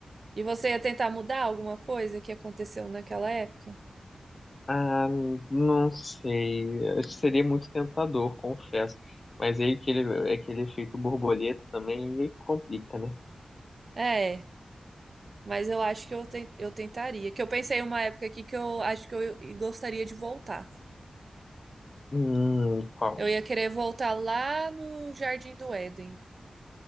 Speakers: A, on the right; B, on the left.
A: E você ia tentar mudar alguma coisa que aconteceu naquela época?
B: Ah, não sei, acho que seria muito tentador, confesso. Mas aí aquele, aquele efeito borboleta também, e aí complica, né?
A: É, mas eu acho que eu, ten- eu tentaria. Que eu pensei em uma época aqui que eu acho que eu gostaria de voltar.
B: Hum, qual?
A: Eu ia querer voltar lá no Jardim do Éden.